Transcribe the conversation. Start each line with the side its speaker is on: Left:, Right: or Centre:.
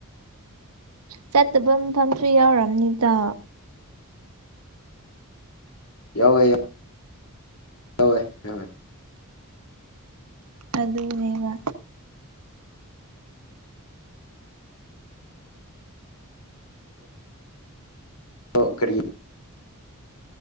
Right: ꯆꯠꯇꯕ ꯃꯐꯝꯁꯨ ꯌꯥꯎꯝꯅꯤꯗ
Left: ꯌꯥꯎꯒ ꯍꯋꯣꯏ ꯍꯣꯏ
Right: ꯑꯗꯨꯅꯦꯕ
Left: ꯑ ꯀꯔꯤ